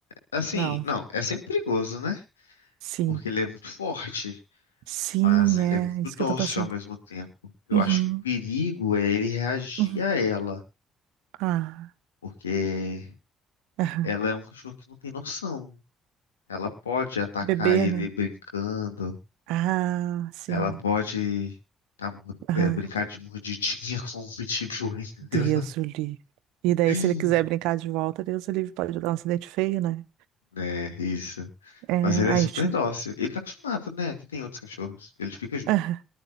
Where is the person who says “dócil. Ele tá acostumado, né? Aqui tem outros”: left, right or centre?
Left